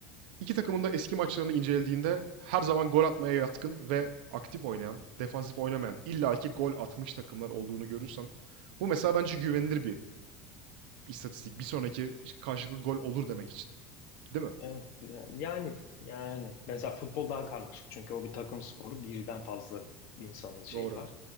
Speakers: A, on the right; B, on the left.
A: İki takımın da eski maçlarını incelediğinde her zaman gol atmaya yatkın ve aktif oynayan, defansif oynamayan, illaki gol atmış takımlar olduğunu görürsen bu mesela bence güvenilir bir istatistik. Bir sonraki karşılıklı gol olur demek için. Değil mi?
B: evet. Yani, yani mesela futbol daha karmaşık çünkü o bir takım sporu birden fazla insanın şeyi
A: Doğru.
B: var.